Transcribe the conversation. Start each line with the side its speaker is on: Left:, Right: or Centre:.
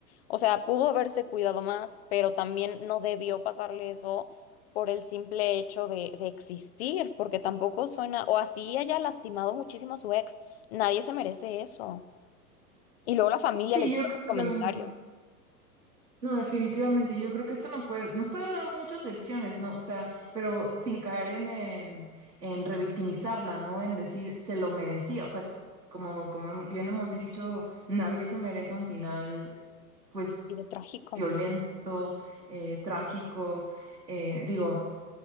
Left: O sea, pudo haberse cuidado más, pero también no debió pasarle eso por el simple hecho de, de existir, porque tampoco suena, o así haya lastimado muchísimo a su ex, nadie se merece eso. Y luego la familia
Right: Sí,
Left: leyendo
Right: yo c-
Left: los comentarios,
Right: creo, no, definitivamente, yo creo que esto no puede, nos puede dar muchas lecciones, ¿no? O sea, pero sin caer en, en, en revictimizarla, ¿no? En decir, se lo merecía. O sea, como, como bien hemos dicho, nadie se merece un final, pues,
Left: y de trágico.
Right: violento, eh, trágico. eh, digo,